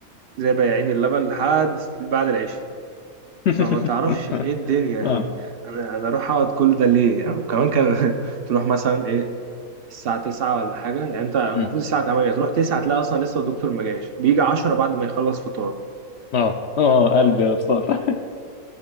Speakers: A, on the right; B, on the left.
A: زي بياعين اللبن لحد بعد العشاء
B: <laughs>
A: فما تعرفش ايه الدنيا يعني
B: اه
A: انا انا اروح اقعد كل ده ليه يعني وكمان كان <laughs> تروح مثلا ايه الساعة تسعة ولا حاجة يعني انت المفروض
B: مم.
A: الساعة تمانية تروح تسعة تلاقي اصلا لسه الدكتور ما جاش بيجي عشرة بعد ما يخلص فطار
B: اه اه قلبي يا بصار <laughs>